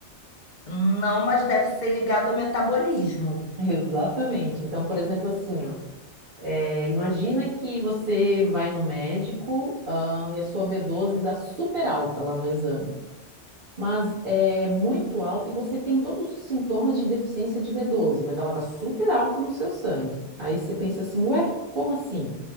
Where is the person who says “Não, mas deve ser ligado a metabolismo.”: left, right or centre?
Left